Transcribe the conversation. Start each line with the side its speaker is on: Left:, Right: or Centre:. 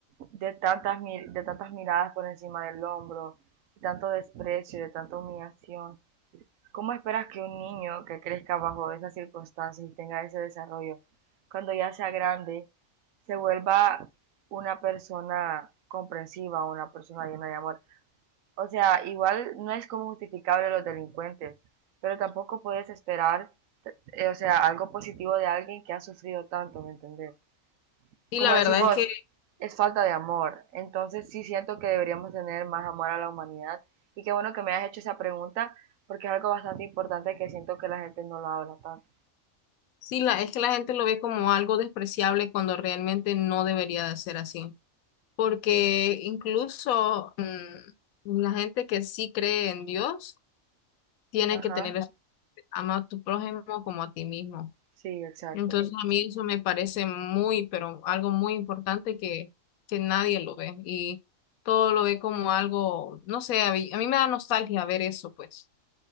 Right: de tantas, de tantas miradas por encima del hombro, de tanto desprecio, de tanta humillación, ¿Cómo esperas que un niño que crezca bajo esas circunstancias y tenga ese desarrollo, cuando ya sea grande, se vuelva una persona comprensiva, una persona llena de amor? O sea, igual no es como justificable los delincuentes, pero tampoco puedes esperar, eh, o sea, algo positivo de alguien que ha sufrido tanto, ¿me entendés?
Left: Sí,
Right: como
Left: la verdad
Right: decís
Left: es
Right: vos,
Left: que
Right: es falta de amor. Entonces sí siento que deberíamos tener más amor a la humanidad. Y qué bueno que me hayas hecho esa pregunta, porque es algo bastante importante que siento que la gente no lo habla tanto.
Left: sí, la, es que la gente lo ve como algo despreciable cuando realmente no debería de ser así, porque incluso mm, la gente que sí cree en Dios tiene
Right: Ajá,
Left: que tener ama a tu prójimo como a ti mismo.
Right: sí, exacto.
Left: Entonces a mí eso me parece muy, pero algo muy importante que, que nadie lo ve y todo lo ve como algo, no sé, a mí, a mí me da nostalgia ver eso, pues.